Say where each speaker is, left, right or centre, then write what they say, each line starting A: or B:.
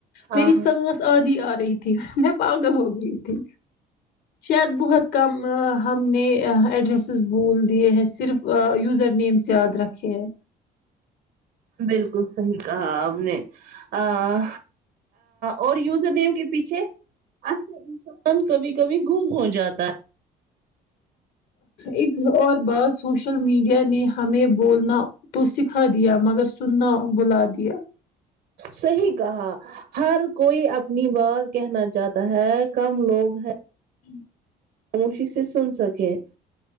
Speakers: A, on the right (about 65°); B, on the left (about 70°).
A: ہاں
B: میری ساس آدھی آ رہی تھی میں پاگل ہو گئی تھی شاید بہت کم ہم نے ایڈریسز بول دیے ہیں صرف یوزر نیمس یاد رکھے ہیں
A: بالکل صحیح کہا آپ نےآآہ اور یوزر نیم کے پیچھے اصل انسان کبھی کبھی گم ہو جاتا ہے
B: ایک اور بار سوشل میڈیا نے ہمیں بولنا تو سکھا دیا مگر سننا بھلا دیا
A: صحیح کہا ہر کوئی اپنی بات کہنا چاہتا ہے کم لوگ ہے
B: ہمم
A: اونشیس سے سن سکتی ہے